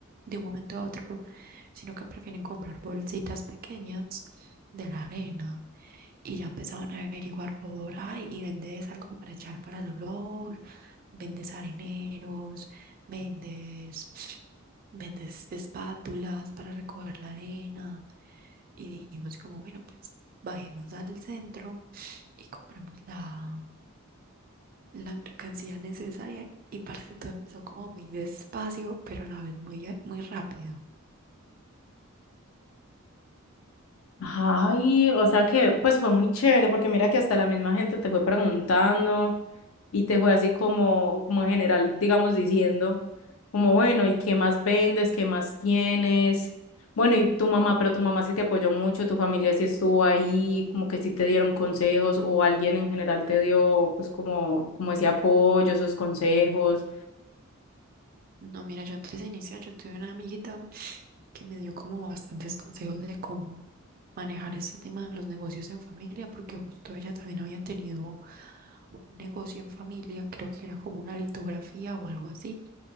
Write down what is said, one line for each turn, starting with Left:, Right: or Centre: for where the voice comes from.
Right: de un momento a otro, sino que prefieren comprar bolsitas pequeñas de la arena. Y ya empezaban a averiguar por, ay, y vendes algo para echar para el olor, vendes areneros, vendes, vendes espátulas para recoger la arena. Y dijimos como, bueno, pues bajemos al centro y compramos la, la mercancía necesaria y parte todo empezó como muy despacio, pero a la vez muy, muy rápido.
Left: Ay, o sea que pues fue muy chévere porque mira que hasta la misma gente te fue preguntando y te fue así como, como en general, digamos, diciendo como, bueno, ¿y qué más vendes? ¿Qué más tienes? Bueno, y tu mamá, pero tu mamá sí te apoyó mucho, tu familia sí estuvo ahí, como que sí te dieron consejos o alguien en general te dio pues como, como ese apoyo, esos consejos.
Right: No, mira, yo antes de iniciar, yo tuve una amiguita que me dio como bastantes consejos de cómo manejar este tema de los negocios en familia, porque justo ella también había tenido un negocio en familia, creo que era como una litografía o algo así,